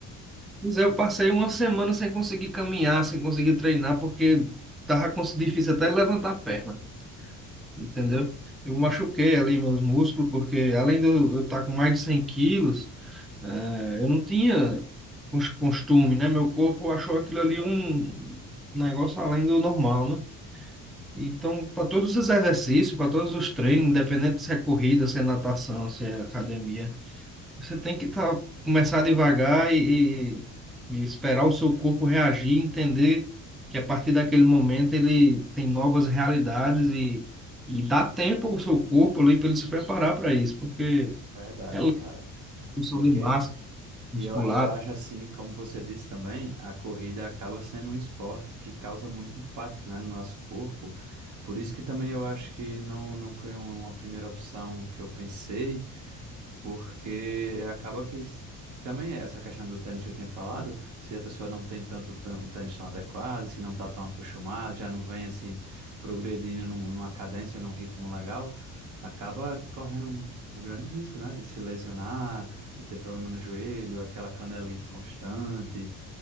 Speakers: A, in the centre; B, on the right.
A: Pois é, eu passei uma semana sem conseguir caminhar, sem conseguir treinar, porque tava cons- difícil até levantar a perna. entendeu? Eu machuquei ali meus músculos, porque além de eu eu estar com mais de 100 quilos, eh, eu não tinha cos- costume, né? Meu corpo achou aquilo ali um negócio além do normal, né? Então, para todos os exercícios, para todos os treinos, independente se é corrida, se é natação, se é academia, você tem que tá, começar devagar e, e- e esperar o seu corpo reagir, entender que a partir daquele momento ele tem novas realidades e, e dá tempo ao seu corpo ali para ele se preparar para isso, porque
B: Verdade,
A: é
B: cara.
A: construção
B: Porque
A: de massa muscular,
B: e eu, eu acho assim, como você disse também, a corrida acaba sendo um esporte que causa muito impacto, né, no nosso corpo. Por isso que também eu acho que não, não foi uma primeira opção que eu pensei. Porque acaba que s- também essa questão do tênis que eu tinha falado, se a pessoa não tem tanto tã- um tênis tão adequado, se não está tão acostumado, já não vem assim progredindo num- numa cadência, num ritmo legal, acaba correndo um grande risco, né, de se lesionar, de ter problema no joelho, aquela canelite constante.